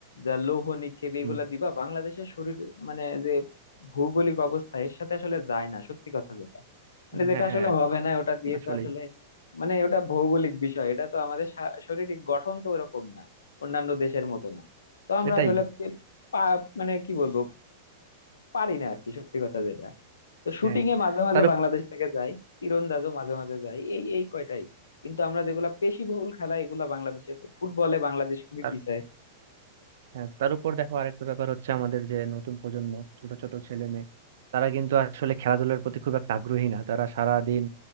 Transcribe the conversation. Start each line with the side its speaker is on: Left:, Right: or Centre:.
Left: যা লৌহ নিক্ষেপ
Right: হুম
Left: এগুলা দিবা বাংলাদেশের শরীর মানে যে ভৌগোলিক অবস্থা এর সাথে আসলে যায় না সত্যি কথা যেটা মানে যেটা
Right: হ্যাঁ
Left: আসলে
Right: হ্যাঁ,
Left: হবে না ওটা দিয়ে
Right: আসলেই
Left: তো আসলে মানে ওটা ভৌগোলিক বিষয় এটা তো আমাদের শা- শারীরিক গঠন তো ওরকম না অন্যান্য দেশের মতো না তো আমরা
Right: সেটাই
Left: আসলে পে- পা- মানে কি বলবো পারি না আর কি সত্যি কথা যেটা তো শুটিং
Right: হ্যাঁ
Left: এ মাঝে মাঝে
Right: তার উপ-
Left: বাংলাদেশ থেকে যাই তীরন্দাজও মাঝে মাঝে যাই এই এই কয়টাই কিন্তু আমরা যেগুলা পেশিবহুল খেলা এগুলা বাংলাদেশের ফুটবলে বাংলাদেশ খুবই
Right: তার
Left: পিছায়
Right: হ্যাঁ, তার উপর দেখো আরেকটা ব্যাপার হচ্ছে আমাদের যে নতুন প্রজন্ম ছোট ছোট ছেলে মেয়ে তারা কিন্তু আসলে খেলাধুলার প্রতি খুব একটা আগ্রহী না তারা সারা দিন